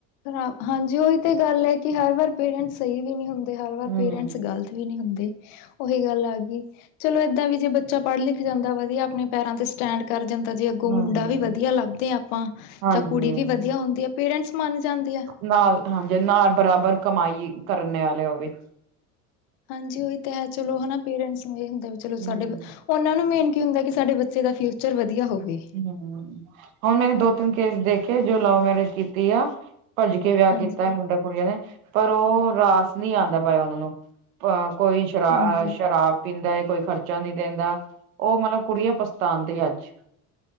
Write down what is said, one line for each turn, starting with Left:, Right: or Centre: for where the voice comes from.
Left: ਖਰਾ ਹਾਂਜੀ ਉਹੀ ਤੇ ਗੱਲ ਐ ਕਿ ਹਰ ਵਾਰ ਪੇਰੈਂਟਸ ਸਹੀ ਵੀ ਨਹੀਂ ਹੁੰਦੇ, ਹਰ ਵਾਰ
Right: ਹਮ
Left: ਪੇਰੈਂਟਸ ਗਲਤ ਵੀ ਨਹੀਂ ਹੁੰਦੇ ਉਹੀ ਗੱਲ ਆ ਗਈ। ਚਲੋ ਏਦਾਂ ਵੀ ਜੇ ਬੱਚਾ ਪੜ੍ਹ-ਲਿਖ ਜਾਂਦਾ ਵਧੀਆ ਆਪਣੇ ਪੈਰਾਂ ਤੇ ਸਟੈਂਡ ਕਰ ਜਾਂਦਾ। ਜੇ ਅੱਗੋਂ
Right: ਹਾਂਜੀ
Left: ਮੁੰਡਾ ਵੀ ਵਧੀਆ ਲੱਭਦੇ ਆਂ ਆਪਾਂ
Right: ਹਾਂਜੀ
Left: ਜਾਂ ਕੁੜੀ ਵੀ ਵਧੀਆ ਹੁੰਦੀ ਆ, ਪੇਰੈਂਟਸ ਮੰਨ ਜਾਂਦੇ ਆ।
Right: ਨਾਲ ਹਾਂਜੀ ਨਾਲ ਬਰਾਬਰ ਕਮਾਈ ਕਰਨੇ ਆਲੇ ਹੋਵੇ।
Left: ਹਾਂਜੀ ਉਹ ਤਾਂ ਹੈ ਚਲੋ ਹਨਾ ਪੇਰੈਂਟਸ ਨੂੰ ਇਹ ਹੁੰਦਾ ਵੀ ਚਲੋ
Right: ਹਮ
Left: ਸਾਡੇ ਬ ਓਨਾ ਨੂੰ ਮੇਨ ਕਿ ਹੁੰਦਾ ਕਿ ਸਾਡੇ ਬੱਚੇ ਦਾ ਫਿਊਚਰ ਵਧੀਆ ਹੋਵੇ।
Right: ਹਮ, ਹੁਣ ਮੈੇਂ ਦੋ-ਤਿੰਨ ਕੇਸ ਦੇਖੇ ਜੋ ਲਵ- ਮੈਰਿਜ ਕੀਤੀ ਆ, ਭੱਜ ਕੇ ਕੇ ਵਿਆਹ
Left: ਹਾਂਜੀ
Right: ਕੀਤਾ ਮੁੰਡਾ-ਕੁੜੀਆਂ ਨੇ ਪਰ ਉਹ ਰਾਸ ਨੀ ਆਂਦਾ ਪਾਇਆ ਉਹਨਾਂ ਨੂੰ। ਅ ਕੋਈ ਸ਼ਰਾ-ਅ-ਸ਼ਰਾਬ
Left: ਹਾਂਜੀ
Right: ਪੀਂਦਾ ਏ, ਕੋਈ ਖਰਚਾ ਨਹੀਂ ਦੇਂਦਾ ਉਹ ਮਤਲਬ ਕੁੜੀਆਂ ਪਛਤਾਦੀਆਂ ਅੱਜ